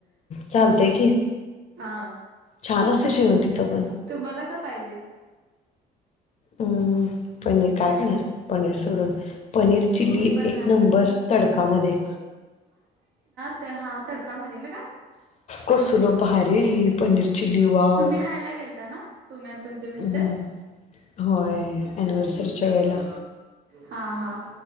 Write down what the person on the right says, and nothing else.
हा
तुम्हाला का पाहिजे
ते पण
हाय.
तर हा तडकयामध्ये ना. का
तुम्ही खायला गेलता ना तुम्ही आणि तुमचे मिस्टर
हा हा